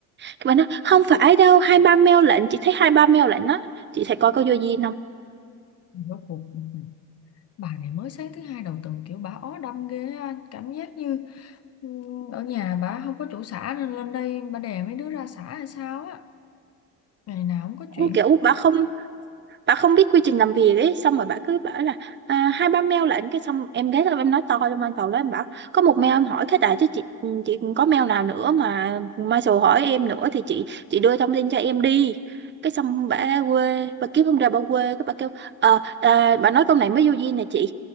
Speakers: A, on the right (about 30°); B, on the left (about 40°).
A: cái bạn nói không phải đâu hai ba mail lệnh chị thấy hai ba mail lệnh đó chị thấy coi có vô duyên không
B: rốt cuộc ừ, ừ. bà này mới sáng thứ hai đầu tuần kiểu bà ó đâm ghê á, cảm giác như ừ, ở nhà bà không có chỗ xả nên lên đây bà đè mấy đứa ra xả hay sao á. Ngày nào cũng có
A: cũng
B: chuyện.
A: kiểu bà không bà không biết quy trình làm việc ấy xong rồi bà cứ bảo là à, hai ba mail lệnh cái xong em ghé lên em nói to trong văn phòng đó em bảo có một mail em hỏi cái tại chứ chị chị có mail nào nữa mà Marshall hỏi em nữa thì chị chị đưa thông tin cho em đi cái xong bà quê bà kiếm không ra bà quê cái bà kêu ờ à, bà nói câu này mới vô duyên nè chị